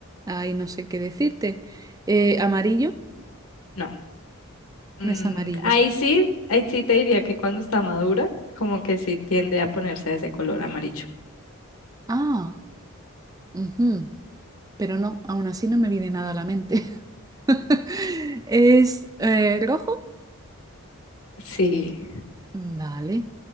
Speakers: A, on the right (about 15°); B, on the left (about 80°).
A: ay, no sé qué decirte. Eh, amarillo,
B: No. Mm,
A: no es amarillo.
B: ahí sí, ahí sí te diría que cuando está madura, como que sí tiende a ponerse de ese color amarillo.
A: Ah, ujú. Pero no, aún así no me viene nada a la mente. <laughs> ¿Es eh, rojo?
B: Sí.
A: Vale.